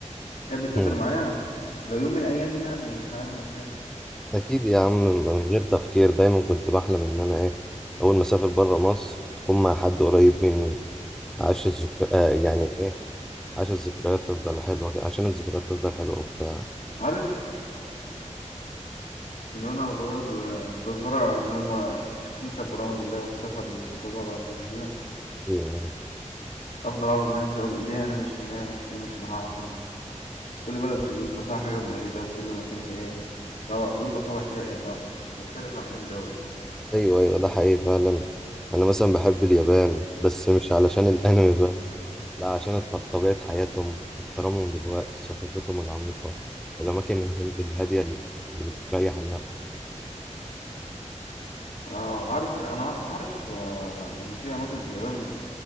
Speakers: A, on the left; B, in the centre.
A: تحب تسافر
B: مم.
A: معايا لو يوم من الأيام يعني ها- أنا
B: اكيد يا عم من غير تفكير دايما كنت بحلم ان انا ايه اول ما اسافر بره مصر تكون مع حد قريب مني عاش الذكر آه يعني ايه عاش الذكريات تفضل حلوة عشان الذكريات تفضل حلوة وبتاع
A: عارف من وانا صغير آه، كنت اتفرج على اللي هما شفت انت برامج اللي هي السفر اللي بتبقى طالعة على التلفزيون
B: أيوة.
A: افضل اقعد لنفسي اقول ليه انا مش هناك ليه مش معاهم كل بلد في بيبقى فيها حاجة مميزة وكل مكان ليه ايه طبع بيبقى طبع كده ايه لا مختلف عن اي دولة كده
B: ايوه ايوه ده حقيقي فعلا انا مثلا بحب اليابان بس مش علشان الانمي <laughs> بس لا عشان الط- طبيعة حياتهم احترامهم للوقت ثقافتهم العميقة والاماكن اله- الهادية اللي بتريح النفس
A: اه عارف انا عارف آه، ان في اماكن في اليابان